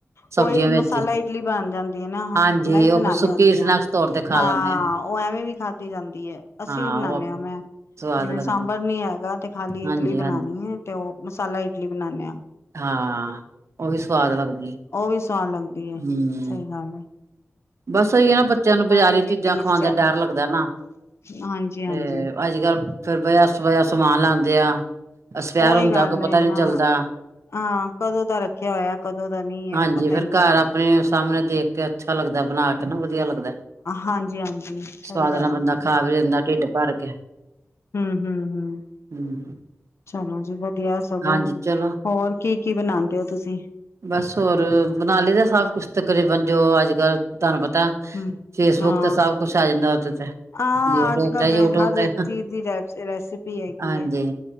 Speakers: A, on the right (about 65°); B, on the left (about 60°).
A: ਸਬਜ਼ੀਆਂ
B: ਕੋਈ
A: ਵਿੱਚ
B: ਮਸਾਲਾ
A: ਹੀ।
B: ਇਡਲੀ ਬਣ ਜਾਂਦੀ ਹੈ ਨਾ
A: ਹਾਂਜੀ
B: ਮੈਂ ਵੀ
A: ਉਹ
B: ਬਣਾਉਂਦੀ
A: ਫਿਰ ਸੁੱਕੀ
B: ਹੁੰਦੀ
A: ਸਨੈਕਸ
B: ਹਾਂ
A: ਤੌਰ ਤੇ ਖਾ
B: ਹਾਂ
A: ਲੈਂਦੇ ਆ
B: ਉਹ ਐਵੇਂ ਵੀ ਖਾਧੀ ਜਾਂਦੀ ਹੈ ਅਸੀਂ
A: ਹਾਂ
B: ਵੀ ਬਣਾਦੇ
A: ਉਹ
B: ਹ ਮੈਂ
A: ਸਵਾਦ
B: ਜਿਵੇਂ
A: ਲੱਗਦੀ
B: ਸਾਂਬਰ ਨੀ ਹੈਗਾ ਤੇ ਖਾਲੀ
A: ਹਾਂਜੀ
B: ਇਡਲੀ ਬਣਾਉਣੀ
A: ਹਾਂਜੀ
B: ਹੈ। ਤੇ ਉਹ ਮਸਾਲਾ ਇਡਲੀ ਬਣਾਉਣੇ <inaudible>
A: ਹਾਂ ਉਹ ਵੀ ਸਵਾਦ ਲੱਗਦੀ।
B: ਉਹ ਵੀ ਸਵਾਦ ਲ ਐਵੀ
A: ਹਮ
B: ਸਹੀ ਗੱਲ ਏ
A: ਬਸ ਉਹੀ ਹੈ ਨਾ ਬੱਚਿਆਂ ਨੂੰ ਬਜ਼ਾਰੀ
B: ਇਹ
A: ਚੀਜ਼ਾਂ
B: ਟੇਸਟ
A: ਖਵਾਉਣ ਦਾ
B: ਹੈ
A: ਡਰ ਲੱਗਦਾ ਨਾ,
B: ਹਾਂਜੀ ਹਾਂਜੀ
A: ਤੇ ਅੱਜ ਕੱਲ੍ਹ ਫੇਰ ਬਆ ਸਵਾ ਬਿਆ ਸਮਾਨ ਲਾਉਦੇ ਆ। ਅਸਵੈਰ
B: ਉਓਹੀ
A: ਹੁੰਦਾ
B: ਗੱਲ
A: ਕੋਈ ਪਤਾ ਨੀ
B: ਨਾ
A: ਚੱਲਦਾ
B: ਹਾਂ ਕਦੋਂ ਦਾ ਰੱਖਿਆ ਹੋਇਆ ਕਦੋਂ ਦਾ ਨਹੀਂ ਹੈ,
A: ਹਾਂਜੀ
B: ਪਤਾ
A: ਫੇਰ
B: ਹੀ ਨਹੀਂ ਲੱਗਦਾ।
A: ਘਰ ਆਪਣੇ ਸਾਹਮਣੇ ਦੇਖ ਕੇ ਅੱਛਾ ਲੱਗਦਾ। ਬਣਾ ਕੇ ਨਾ ਵਧੀਆ ਲੱਗਦਾ
B: ਹਾਂਜੀ, ਹਾਂਜੀ ਸਹੀ
A: ਸਵਾਦ
B: ਗੱਲ
A: ਨਾਲ ਬੰਦਾ
B: ਹੈ,
A: ਖਾ ਵੀ ਲੈਂਦਾ ਢਿੱਡ ਭਰ ਕੇ
B: ਹਮ, ਹਮ, ਹਮ
A: ਹਮ
B: ਚਲੋ ਜੀ ਵਧੀਆ ਸਗੋਂ
A: ਹਾਂਜੀ ਚਲੋ
B: ਹੋਰ ਕੀ, ਕੀ ਬਣਾਉਂਦੇ ਹੋ ਤੁਸੀਂ
A: ਬਸ ਹੋਰ ਬਣਾ ਲਈ ਦਾ ਸਭ ਕੁਛ ਤਕਰੀਬਨ ਜੋ ਅੱਜ ਕੱਲ੍ਹ ਤੁਹਾਨੂੰ ਪਤਾ
B: ਹੂੰ
A: ਫੇਸਬੁੱਕ
B: ਹਾਂ
A: ਤੇ ਸਭ ਕੁਛ ਆ ਜਾਂਦਾ। ਉਥੇ ਤੇ
B: ਹਾਂ
A: ਯੂਟਿਊਬ
B: ਅੱਜ ਕੱਲ
A: ਤੇ ਯੂਟਿਊਬ
B: ਹਰ
A: ਤੇ
B: ਇੱਕ ਚੀਜ਼ ਦੀ ਰ ਰੈਸਪੀ ਹੈਗੀ
A: ਹਾਂਜੀ
B: ਹੈ,